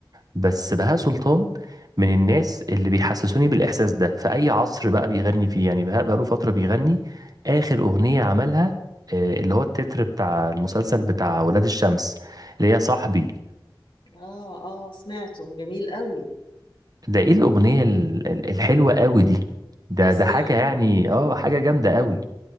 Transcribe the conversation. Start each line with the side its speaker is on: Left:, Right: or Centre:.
Right: بس بهاء سلطان من الناس اللي بيحسسوني بالإحساس ده في أي عصر بقى بيغني فيه يعني بهاء بقاله فترة بيغني آخر أغنية عملها آه، اللي
Left: مم.
Right: هو التتر بتاع المسلسل بتاع ولاد الشمس اللي هي صاحبي
Left: اه اه سمعته جميل قوي
Right: ده إيه الأغنية ال- ال- الحلوة قوي دي ده
Left: فظيع
Right: ده حاجة يعني آه حاجة جامدة قوي